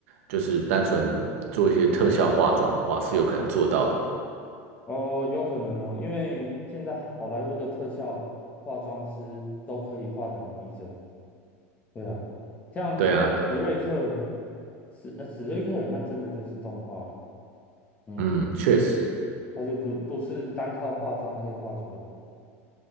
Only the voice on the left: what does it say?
哦，有可能哦，因为现在好莱坞的特效化妆师都可以画得很逼真。对啊，像史瑞克，
史呃史瑞克很像真的就是动画的，嗯，
他就不不是单靠化妆可以画出来的。